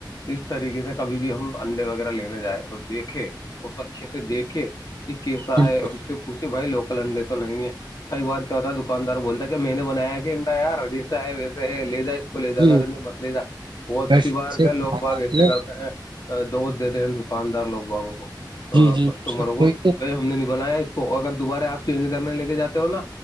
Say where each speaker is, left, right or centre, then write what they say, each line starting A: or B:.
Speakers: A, on the left; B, on the right.
A: اس طریقے سے کبھی بھی ہم انڈے وغیرہ لینے جائیں تو دیکھ اس اچھے سے دیکھے کہ کیسا
B: بالکل
A: ہے اور اسے اسھ بھائی لوکل انڈے تو نہیں ہے کئی بار کیا ہوتا ہے دکاندار بولتا ہے کہ میں نے بنایا کہ انڈا ار ردی سے ہے ویسے لے جائے کو لے جانا
B: جی
A: تو مت لے جا بہت
B: بس
A: سی بار
B: سے
A: کیا
B: فرمایا
A: لوگ باغ
B: آپ
A: ایسے
B: نے
A: کرتے ہیں دوست دیتے ہیں دکاندار لوگ بابوں کو
B: جی جی
A: کسٹمروں کو
B: کوئی تو
A: ہم نے نہیں بنایا اس کو اگر دوبارہ آپ چینج کرنے لے کے جاتے ہو نا